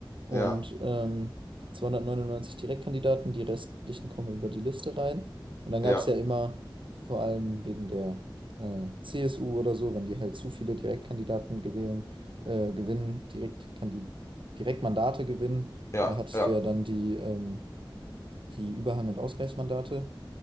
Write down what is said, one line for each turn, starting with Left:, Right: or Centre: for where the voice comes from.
Right: und
Left: ja,
Right: ähm, 299 Direktkandidaten, die restlichen kommen über die Liste rein. Und dann
Left: ja,
Right: gab es ja immer, vor allem wegen der äh, CSU oder so, wenn die halt zu viele Direktkandidaten gewählen, äh, gewinnen, Direktkandi Direktmandate gewinnen,
Left: ja,
Right: äh, hattest
Left: ja,
Right: du ja dann die ähm, die Überhang- und Ausgleichsmandate.